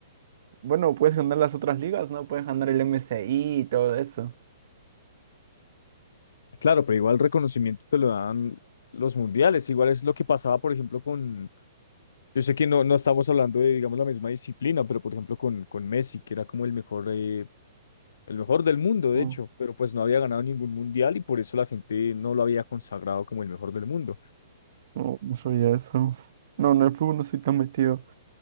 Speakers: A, on the right; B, on the left.
A: Bueno, puedes ganar las otras ligas, ¿no? Puedes ganar el MSI y todo eso.
B: Claro, pero igual reconocimiento te lo dan los mundiales. Igual es lo que pasaba, por ejemplo, con Yo sé que no, no estamos hablando de, digamos, la misma disciplina, pero por ejemplo con, con Messi, que era como el mejor, eh, el mejor del mundo, de
A: No,
B: hecho, pero pues no había ganado ningún mundial y por eso la gente no lo había consagrado como el mejor del mundo.
A: no, no sabía eso. No, no, el fútbol no estoy tan metido.